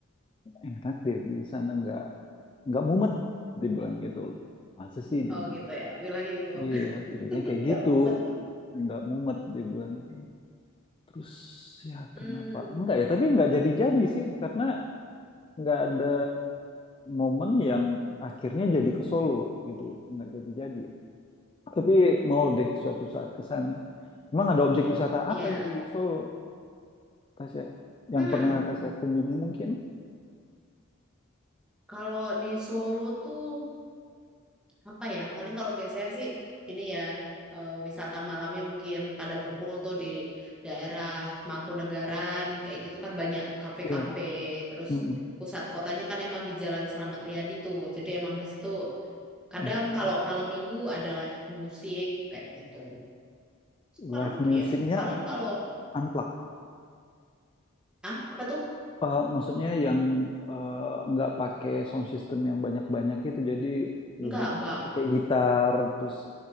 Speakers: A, on the left; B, in the centre.
A: enak dia di sana nggak nggak mumet, dibilang gitu loh. Masa sih? Dia
B: Oh
A: bilang.
B: gitu ya, bilangnya gitu.
A: Iya,
B: <laughs>
A: ceritanya kayak
B: Nggak
A: gitu.
B: mumet.
A: Nggak mumet dia bilang gitu. Terus ya
B: Hmm,
A: kenapa? Enggak ya, tapi nggak jadi-jadi sih. Karena nggak ada momen yang akhirnya jadi ke Solo gitu. Nggak jadi-jadi. Tapi mau deh suatu saat ke sana. Emang ada objek wisata
B: ya.
A: apa di Solo, Tasya? Yang
B: Hmm,
A: pernah Tasya kunjungi mungkin?
B: kalau di Solo tuh apa ya? Paling kalau biasanya sih ini ya eh, wisata malamnya mungkin pada kumpul tuh di daerah Mangkunegaran kayak gitu kan banyak kafe-kafe.
A: ya
B: Terus
A: Mm-mm.
B: pusat kotanya kan emang di Jalan Selamat Riyadi tuh. Jadi emang di situ kadang
A: Mm.
B: kalau malam minggu ada live musik kayak gitu. Terus
A: Live
B: Apa lagi
A: musicnya
B: ya? Paling kalau
A: unplugged.
B: Ah, apa tuh?
A: Eh, maksudnya yang eh, nggak pakai sound system yang banyak-banyak itu jadi lebih
B: Enggak, enggak.
A: kayak gitar terus